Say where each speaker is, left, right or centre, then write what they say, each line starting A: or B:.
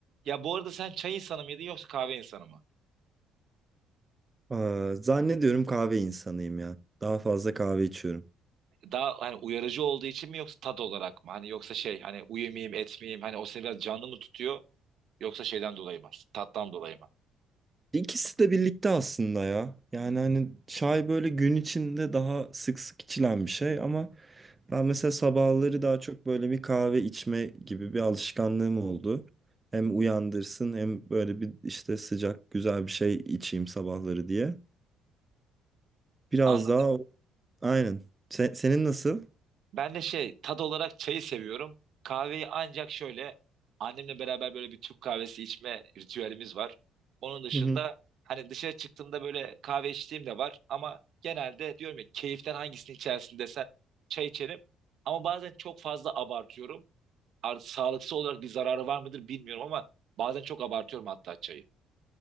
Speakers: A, on the right; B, on the right.
A: Ya bu arada sen çay insanı mıydın yoksa kahve insanı mı?
B: Aa, zannediyorum kahve insanıyım ya. Daha fazla kahve içiyorum.
A: Daha hani uyarıcı olduğu için mi yoksa tat olarak mı? Hani yoksa şey hani uyumayayım etmeyeyim hani o seni biraz canlı mı tutuyor yoksa şeyden dolayı mı? Tattan dolayı mı?
B: İkisi de birlikte aslında ya. Yani hani çay böyle gün içinde daha sık sık içilen bir şey ama ben mesela sabahları daha çok böyle bir kahve içme gibi bir alışkanlığım oldu. Hem uyandırsın hem böyle bir işte sıcak güzel bir şey içeyim sabahları diye. Biraz
A: Anladım.
B: daha o- aynen. Se- senin nasıl?
A: Ben de şey tat olarak çayı seviyorum. Kahveyi ancak şöyle annemle beraber böyle bir Türk kahvesi içme ritüelimiz var. Onun dışında
B: <laughs>
A: hani dışarı çıktığımda böyle kahve içtiğim de var ama genelde diyorum ya keyiften hangisini içersin desen çay içerim. Ama bazen çok fazla abartıyorum. ar- sağlıksal olarak bir zararı var mıdır bilmiyorum ama bazen çok abartıyorum hatta çayı.